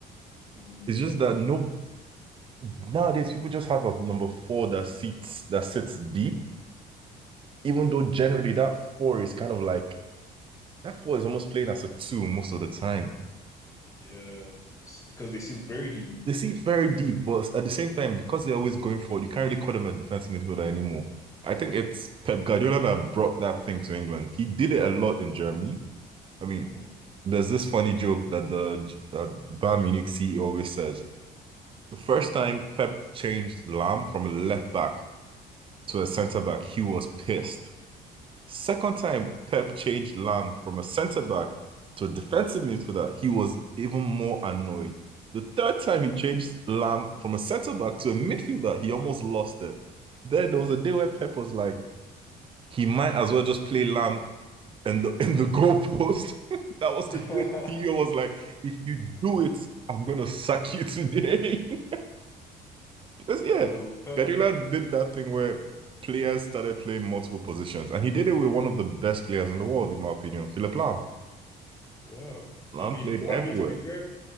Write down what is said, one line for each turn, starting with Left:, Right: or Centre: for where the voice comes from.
Left: Mm,
Right: It's just that no nowadays people just have a number four that sits that sits deep. Even though generally that four is kind of like that four is almost playing as a two most of the time.
Left: yeah, S- because they sit very deep
Right: they see it very
Left: on
Right: deep,
Left: the field.
Right: but at the same time, because they're always going forward, you can't really call them a defensive midfielder anymore. I think it's Pep Guardiola that brought that thing to England. He did it a lot in Germany. I mean,
Left: Mhm.
Right: there's this funny joke that the that Bayern Munich CEO always says. The first time Pep changed Lam from a left back to a centre back, he was pissed Second time Pep changed Lam from a centre back to a defensive midfielder, he was even more annoyed. The third time he changed Lam from a centre back to a midfielder, he almost lost it. Then there was a day where Pep was like, he might as well just play Lam and the in the goalpost. <laughs> that was
Left: <laughs>
Right: the day Theo was like, if you do it, I'm gonna sack you today. <laughs> It's, yeah,
Left: No, Pep.
Right: Guardiola did that thing where players started playing multiple positions, and he did it with one of the best players in the world, in my opinion, Philip Lahm.
Left: Yeah.
Right: Lahm
Left: I mean,
Right: played
Left: I
Right: everywhere.
Left: mean to be fair,